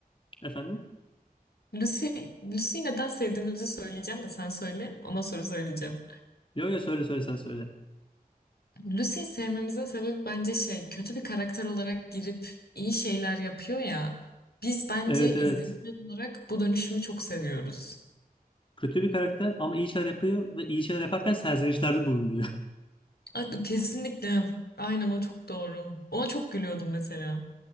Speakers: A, on the left; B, on the left.
A: efendim?
B: Lucy, Lucy'yi neden sevdiğimizi söyleyeceğim de sen söyle, ona soru söyleyeceğim.
A: Yo yo söyle söyle sen söyle.
B: Lucy'yi sevmemizin sebebi bence şey, kötü bir karakter olarak girip iyi şeyler yapıyor ya. Biz bence
A: Evet
B: izleyiciler
A: evet.
B: olarak bu dönüşümü çok seviyoruz.
A: Kötü bir karakter ama iyi şeyler yapıyor ve iyi şeyler yaparken serzenişlerde bulunuyor.
B: A- Kesinlikle. Aynen o çok doğru. Ona çok gülüyordum mesela.